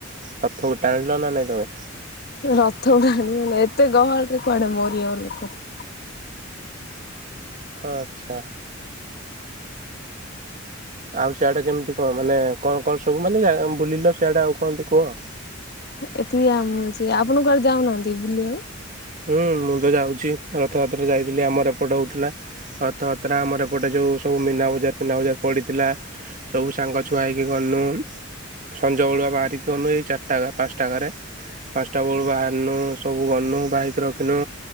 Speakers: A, on the right; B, on the left.
A: ରଥକୁ ଟାଣିଲ ନା ନାଇଁ ତମେ?
B: ରଥକୁ ଟାଣିହେଲା, ଏତେ ଗହଳି ରେ କୁଆଡେ ମରିିବାକୁ ଲୋକ ତ
A: ହଁ ଆଚ୍ଛା। ଆଉ ସିଆଡେ କେମିତି କଣ? ମାନେ କଣ କଣ ସବୁ ମାନେ ବୁଲିଲ ସିଆଡେ ଆଉ କହନ୍ତି କୁହ?
B: ଏତିକି <unintelligible> ଆପଣ କୁଆଡେ ଯାଉନାହାନ୍ତି ବୁଲିବାକୁ?
A: ହୁଁ, ମୁଁ ତ ଯାଉଛି। ରଥଯାତ୍ରା ଯାଇଥିଲି, ଆମର ଏପଟ ହଉଥିଲା। ରଥଯାତ୍ରା ଆମର ଏପଟେ ଯୋଉ ସବୁ ମିନାବଜାର ଫିନାବଜାର ପଡ଼ିଥିଲା। ସବୁ ସାଙ୍ଗ ଛୁଆ ହେଇକି ଗଲୁ, ସଞ୍ଜ ବେଳୁଆ ବାହାରିକି ଗଲୁ, ଏଇ ଚା ପାଞ୍ଚ ଟାକାରେ ପାଞ୍ଚଟା ବେଳୁ ବାହାରିଲୁ, ସବୁ ଗଲୁ ବାଇକ୍ ରଖିଲୁ,